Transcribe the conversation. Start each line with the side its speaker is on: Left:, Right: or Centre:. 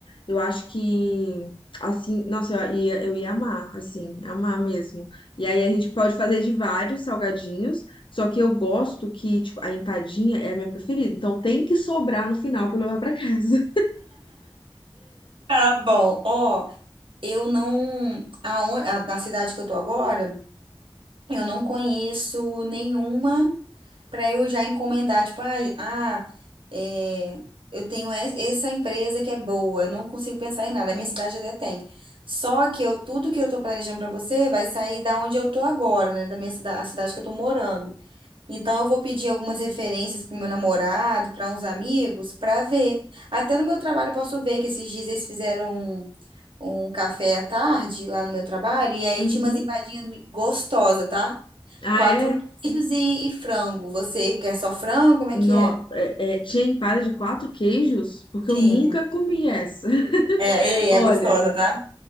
Left: Eu acho que assim, nossa, eu ia, eu ia amar, assim, amar mesmo. E aí a gente pode fazer de vários salgadinhos, só que eu gosto que tipo a empadinha é a minha preferida. Então tem que sobrar no final para levar para casa.
Right: Tá bom, ó. Eu não, aon- a, na cidade que eu tô agora, eu não conheço nenhuma para eu já encomendar, tipo, ah, ah, é, eu tenho es- essa empresa que é boa, eu não consigo pensar em nada, a minha cidade até tem. Só que eu, tudo que eu tô planejando para você vai sair da onde eu tô agora, né, da minha cidade, a cidade que eu tô morando. Então eu vou pedir algumas referências pro meu namorado, para uns amigos, para ver. Até no meu trabalho eu posso ver que esses dias eles fizeram um café à tarde lá no meu trabalho e aí
Left: Uhum.
Right: tinha umas empadinhas mi- gostosas, tá?
Left: Ah,
Right: Quatro
Left: é?
Right: queijos e, e frango. Você quer só frango? Como é
Left: No,
Right: que é?
Left: é, é, tinha empada de quatro queijos, porque
Right: Tinha.
Left: eu nunca comi essa. <laughs>
Right: É, é,
Left: Olha,
Right: é gostosa, tá?